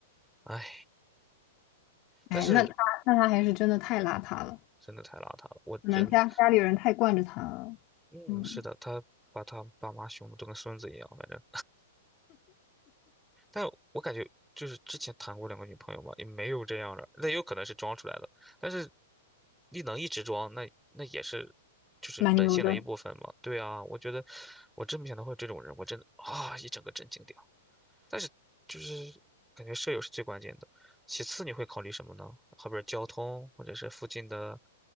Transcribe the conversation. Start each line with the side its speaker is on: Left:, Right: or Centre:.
Centre: 哎，
Left: 哎，
Centre: 但是
Left: 那他那他还是真的太邋遢了，
Centre: 真的太邋遢了，我真，
Left: 可能家家里人太惯着他了，
Centre: 嗯，
Left: 嗯，
Centre: 是的，他把他爸妈凶的都跟孙子一样，反正但我感觉就是之前谈过两个女朋友嘛，也没有这样的，那有可能是装出来的。但是你能一直装，那那也是就是本性的一部分嘛。
Left: 蛮牛的。
Centre: 对啊，我觉得我真没想到会有这种人，我真的啊一整个震惊掉。但是就是感觉舍友是最关键的，其次你会考虑什么呢？后边交通，或者是附近的